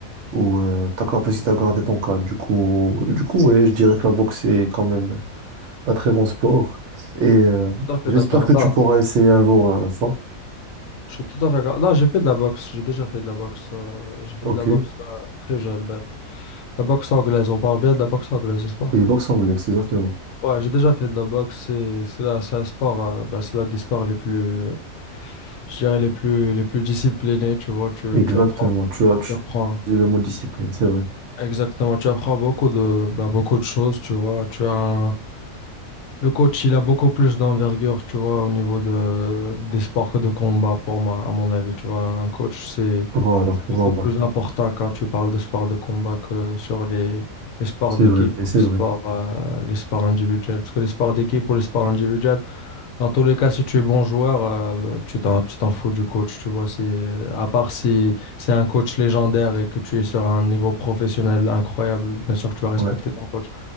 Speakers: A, on the right; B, on the left.
A: ou euh, ta capacité à garder ton calme. Du coup, du coup, ouais, je dirais que la boxe est quand même un très bon sport, et euh,
B: Tout à fait
A: j'espère
B: d'accord.
A: que
B: Là,
A: tu pourras essayer un jour euh, ça.
B: je suis tout à fait d'accord. Là, j'ai fait de la boxe. J'ai déjà fait de la boxe. euh, j'ai fait
A: Ok.
B: de la boxe euh, très jeune, même. La boxe anglaise. On parle bien de la boxe anglaise, n'est-ce pas?
A: Et boxe anglaise, c'est exactement.
B: Ouais, j'ai déjà fait de la boxe. C'est c'est là, c'est un sport, euh, bah, c'est l'un des sports les plus, euh, je dirais les plus, les plus disciplinés. Tu vois, tu,
A: Exactement.
B: tu apprends,
A: Tu as, tu
B: tu apprends
A: tu dis le mot discipline, c'est vrai.
B: exactement. Tu apprends beaucoup de, bah, beaucoup de choses. Tu vois, tu as le coach, il a beaucoup plus d'envergure. Tu vois, au niveau de des sports que de combat, pour moi, à mon avis. Tu vois, un coach, c'est
A: Voilà,
B: c'est
A: voilà.
B: beaucoup plus important quand tu parles de sports de combat que sur les les sports
A: C'est
B: d'équipe
A: vrai,
B: ou
A: c'est
B: les sports,
A: vrai.
B: euh, les sports individuels. Parce que les sports d'équipe ou les sports individuels dans tous les cas, si tu es bon joueur, euh, tu t'en, tu t'en fous du coach, tu vois. C'est, à part si c'est un coach légendaire et que tu es sur un niveau professionnel incroyable, bien sûr que tu vas respecter
A: Ouais.
B: ton coach.